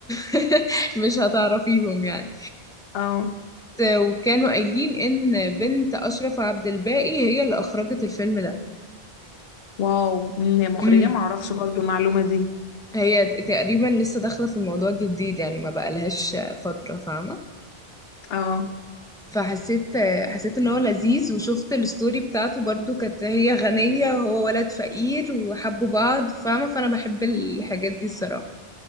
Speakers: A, in the centre; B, on the left (about 75°).
A: <laughs> مش هتعرفيهم يعني
B: اه
A: ت- وكانوا قايلين إن بنت أشرف عبد الباقي هي اللي أخرجت الفيلم
B: واو مم، هي مخرجة
A: ده
B: ما اعرفش برضو المعلومة دي
A: هي تقريبا لسه داخلة في الموضوع الجديد يعني ما بقالهاش فترة فاهمة
B: اه
A: فحسيت حسيت ان هو لذيذ وشفت الستوري بتاعته برضو كانت هي غنية وهو ولد فقير وحبوا بعض فاهمة فانا بحب الحاجات دي الصراحة